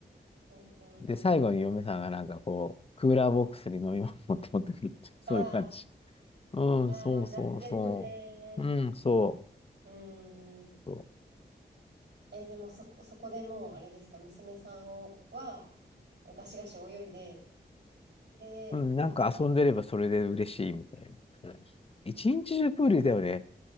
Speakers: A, on the right (about 85°); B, on the left (about 35°).
A: うんうんうん。
B: で、最後に嫁さんがなんかこう、クーラーボックスに飲み物持って持ってくるって、そういう感じ。
A: あ
B: うん、
A: あ、
B: そうそうそう。
A: ああ、夏ですね。
B: うん、そ
A: うん。
B: う。そう
A: え、でもそこ、そこでもう、あれですか、娘さんをは、ガシガシ泳いで、で、
B: うん、
A: <laughs>
B: なんか遊んでればそれで嬉しいみたいな。うん一日中プールだよね。